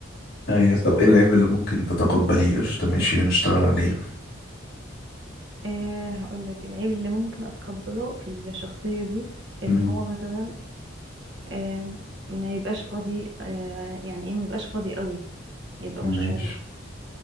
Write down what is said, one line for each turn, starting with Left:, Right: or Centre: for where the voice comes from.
Left: ايوه طب ايه العيب اللي ممكن تتقبليه قشطة ماشي ونشتغل عليه
Right: <laughs> آه، هقول لك العيب اللي ممكن اتقبله في الشخصية دي ان
Left: مم.
Right: هو مثلا آه، ما يبقاش فاضي آه، يعني ايه ما يبقاش فاضي قوي يبقى
Left: ماشي
Right: مشغول